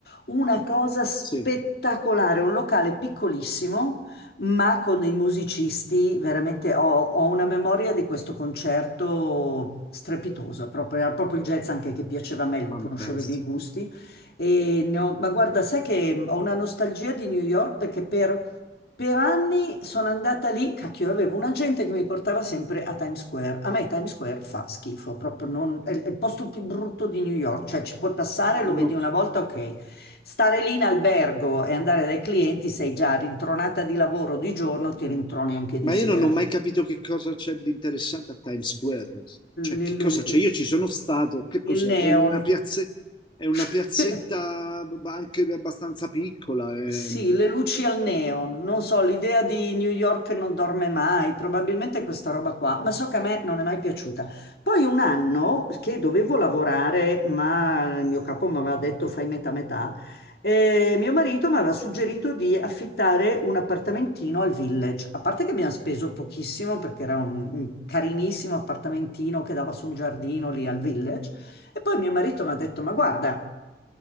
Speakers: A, on the left (about 60°); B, on the left (about 25°).
A: Una cosa spettacolare,
B: sì,
A: un locale piccolissimo, ma con dei musicisti, veramente ho, ho una memoria di questo concerto strepitosa, proprio, era proprio il jazz anche che piaceva a me, lui
B: fantastico.
A: conosceva i miei gusti. E ne ho- ma guarda, sai che ho una nostalgia di New York perché per per anni sono andata lì, cacchio, avevo un agente che mi portava sempre a Times Square. A me Times Square fa schifo, proprio non, è è il posto più brutto di New York, cioè ci puoi passare,
B: No,
A: lo vedi una volta, ok. Stare lì in albergo e andare dai clienti, sei già rintronata di lavoro di giorno, ti rintroni anche di
B: Ma
A: sera.
B: io non ho mai capito che cosa c'è di interessante a Times Square. Cioè,
A: L- l-
B: che cosa
A: l-
B: c'è? Io ci sono stato, che cos'è?
A: il neon.
B: È una piazze- è una
A: <laughs>
B: piazzetta, b- anche abbastanza piccola. È,
A: Sì, le luci al neon, non so, l'idea di New York non dorme mai, probabilmente questa roba qua, ma so che a me non è mai piaciuta. Poi un anno che dovevo lavorare, ma il mio capo mi aveva detto fai metà metà, e mio marito mi aveva suggerito di affittare un appartamentino al Village, a parte che abbiamo speso pochissimo perché era un, un carinissimo appartamentino che dava su un giardino lì al Village, e poi mio marito mi ha detto ma guarda,